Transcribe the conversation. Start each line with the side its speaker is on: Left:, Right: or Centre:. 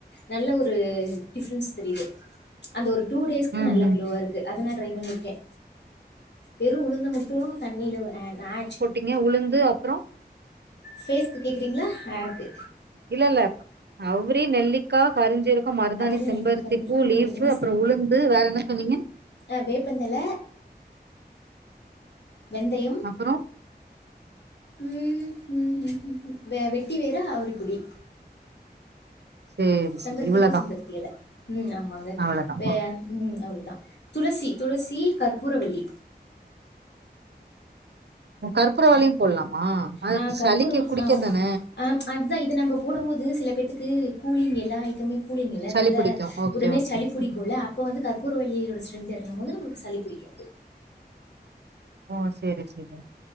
Left: நல்ல ஒரு டிப்ரன்ஸ் தெரியுது அந்த ஒரு டூ டேஸ்க்கு
Right: ம்,
Left: நல்ல
Right: ம்.
Left: குளோவா இருக்கு க்கு அத நான் ட்ரை பண்ணிருக்கேன் வெறும் உளுந்த மட்டும் தண்ணியில ஹ <unintelligible>
Right: ங்க உளுந்து அப்றோம்
Left: பேஸ்கு கேக்குறீங்களா ஹர்க்கு
Right: இல்லல்ல அவுரி நெல்லிக்கா கருஞ்சீரக மருதாணி
Left: ஒரே
Right: செம்பருத்தி
Left: நெல்லிக்கா கரைஞ்சிருக்கும்
Right: பூ லீஃப்பு
Left: மருதாணி
Right: அப்றோம் உளுந்து வேற என்ன சொன்னீங்க
Left: ஆ வேப்பந்தல வெந்தையம்
Right: அப்புறம்?
Left: ம் ம் ம் ம் ம் வெ வெட்டி வேரு அவரிக்குடி
Right: சரி,
Left: செம்பருத்தி
Right: சரி. இவ்வளதான்.
Left: பூ செம்பருத்தி எல ம் ஆமாங்க
Right: அவ்ளோதா
Left: வே ம் அவ்ளோதான் துளசி துளசி கற்பூரவள்ளி
Right: ஓ கற்பூரவல்லியும் போட்லாமா அது
Left: ஆ கற்பூரம்
Right: சளிக்கு குடிக்க
Left: ஆ அது
Right: தான
Left: ஆ அதுதா இத நம்ப போடும் மோது சில பேர்த்துக்கு கூலிங் எல்லா ஐட்டமே கூலிங் இல்ல அதனால
Right: சளி புடிக்கு ஓகே
Left: உடனே
Right: ஓகே
Left: சளி பிடிக்குல
Right: ம்.
Left: அப்ப வந்து கற்ப் பூரவல்லியோட ஸ்ரென்த்து எறங்கும்போது நம்மளுக்கு சளி பிடிக்காது
Right: ஓ செரி செரி